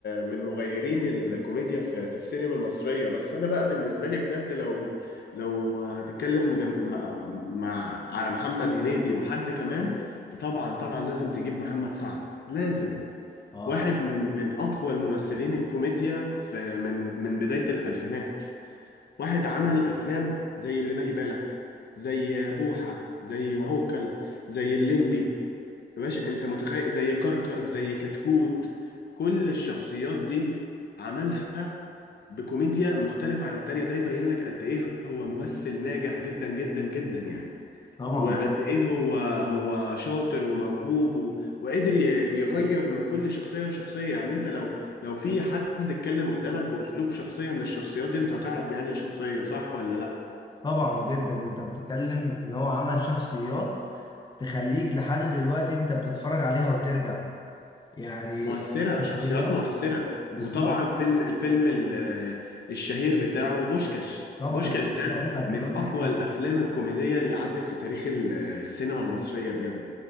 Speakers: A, on the left (about 65°); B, on the left (about 25°).
A: من مغيرين الكوميديا في, في السينما المصرية بس انا بقى بالنسبة لي بجد لو لو هتتكلم جم... مع... مع على محمد هنيدي وحد كمان فطبعا طبعا لازم تجيب محمد سعد لازم
B: اه
A: واحد من من اقوى الممثلين الكوميديا في من من بداية الألفينات واحد عمل افلام زي اللي بالي بالك زي بوحة زي عوكل زي الليمبي يا باشا انت متخيل زي كركر زي كتكوت كل الشخصيات دي عملها بكوميديا مختلفة عن التانية ده يبين لك قد ايه هو ممثل ناجح جدا جدا جدا يعني
B: طبعا
A: وقد ايه هو هو شاطر وموهوب و... وقدر ي- يغير من كل شخصية لشخصية يعني انت لو لو في حد اتكلم قدامك بأسلوب شخصية من الشخصيات دي انت هتعرف دي انهي شخصية صح ولا لا
B: طبعا جدا انت بتتكلم ان هو عمل شخصيات تخليك لحد دلوقتي انت بتتفرج عليها وترجع يعني
A: مؤثرة
B: شخصيات
A: شخصيات مؤثرة
B: بالظبط
A: وطبعا فيلم الفيلم ال- الشهير بتاعه بوشكاش
B: طبعا
A: بوشكاش
B: لسه
A: ده
B: هقول لك دلوقتي
A: من أقوى
B: حالا
A: الأفلام الكوميدية اللي عدت في تاريخ ال- السينما المصرية بجد